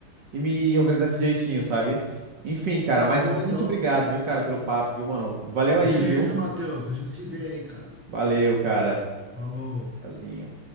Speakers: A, on the right (about 55°); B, in the centre.
A: e me organizar aqui direitinho, sabe? Enfim, cara,
B: Tá
A: mas
B: bom
A: muito
B: então.
A: obrigado, viu, cara, pelo papo, viu, mano? Valeu aí,
B: Beleza,
A: viu?
B: Matheus. A gente se vê aí, cara.
A: Valeu, cara.
B: Falou.
A: Tchauzinho.